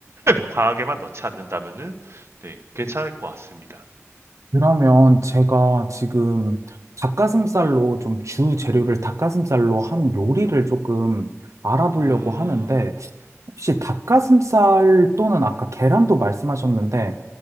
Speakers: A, on the right; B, on the right.
A: 과하게만 넣지 않는다면은 네, 괜찮을 것 같습니다.
B: 그러면 제가 지금 닭가슴살로 좀 주 재료를 닭가슴살로 한 요리를 조금 알아보려고
A: 음,
B: 하는데 혹시 닭가슴살 또는 아까 계란도 말씀하셨는데